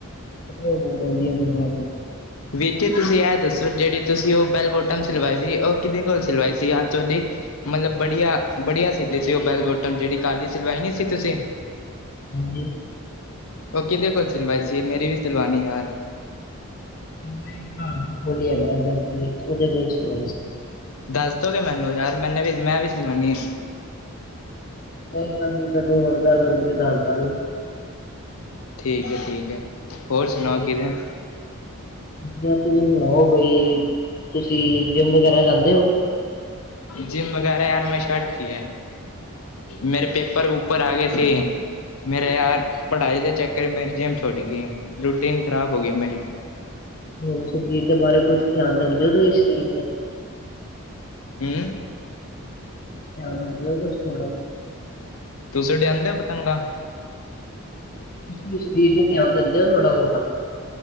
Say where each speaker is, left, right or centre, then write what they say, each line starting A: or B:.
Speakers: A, on the left; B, on the left.
A: ਉਹੋ ਬਹੁਤ ਵਧੀਆ ਗੁਰਦੁਆਰਾ ਸੀ ਅੱਜ
B: ਵੀਰ ਜੀ! ਤੁਸੀਂ ਏਹ ਦੱਸੋ ਜਿਹੜੀ ਤੁਸੀਂ ਉਹ ਬੈਲ ਬੋਟਮ ਸਿਲਵਾਈ ਵੀ, ਉਹ ਕਿਹਦੇ ਕੋਲ ਸਿਲਵਾਈ ਸੀ। ਯਾਰ ਚੌ ਦੀ, ਮਤਲਬ ਬੜੀਆਂ ਬੜੀਆਂ ਸਿਲੀ ਸੀ ਉਹ ਬੈਲ ਬੋਟਮ, ਜਿਹੜੀ ਕੱਲ੍ਹ ਦੀ ਸਲਵਾਈ ਨਹੀਂ ਸੀ ਤੁਸੀਂ।
A: ਹਾਂਜੀ!
B: ਉਹ ਕਿਹਦੇ ਕੋਲ ਸਿਲਵਾਈ ਸੀ ਮੇਰੀ ਵੀ ਸਿਲਵਾਨਣੀ ਯਾਰ
A: <unintelligible> ਹੈਗਾ ਦਰਜੀ ਉਹਦੇ ਕੋਲ ਸਵਾਈ ਸੀ।
B: ਦੱਸ ਦੋਗੇ ਮੈਨੂੰ ਯਾਰ ਮੈਨੇ ਵੀ ਮੈਂ ਵੀ ਸਿਲਵਾਨੀ ਏ।
A: ਕੋਈ ਗੱਲ ਨੀ ਕਦੋ <unintelligible> ਹੋਰ ਗੱਲ ਵੀ ਤੇ ਦੱਸ ਦ ਵੀ
B: ਠੀਕ ਏ ਠੀਕ ਏ ਹੋਰ ਸੁਣਾਓ
A: ਤੇ
B: ਕਿਵੇਂ।
A: ਤੁਸੀਂ ਸੁਣਾਓ ਬਈ ਤੁਸੀਂ ਜਿੰਮ ਵਗੈਰਾ ਜਾਂਦੇ ਓ।
B: ਜਿੰਮ ਵਗੈਰਾ ਯਾਰ ਮੈਂ ਛੱਡ ਤੀ ਏ। ਮੇਰੇ ਪੇਪਰ ਉੱਪਰ ਆ ਗਏ ਸੀ। ਮੇਰੇ ਯਾਰ ਪੜ੍ਹਾਈ ਦੇ ਚੱਕਰ ਮੇਰੀ ਜਿੰਮ ਛੁੱਟ ਗਈ ਹੈ ਰੂਟੀਨ ਖ਼ਰਾਬ ਹੋ ਗਈ ਮੇਰੀ
A: ਹੁਣ ਸਰੀਰ ਦੇ ਬਾਰੇ ਕੁਝ ਧਿਆਨ ਦਿੰਦੇ ਹੋ ਤੁਸੀਂ ਸਰੀਰ ਤੇ
B: ਹੂੰ
A: ਧਿਆਨ ਦਿੰਦੇ ਹੋ ਕੁਛ ਥੋੜਾ
B: ਤੁਸੀਂ ਉਡਾਦੇ ਹੋ ਪਤੰਗਾ
A: ਤੁਸੀਂ ਸਰੀਰ ਤੇ ਧਿਆਨ ਦਿੰਦੇ ਹੋ ਥੋੜਾ ਬਹੁਤਾ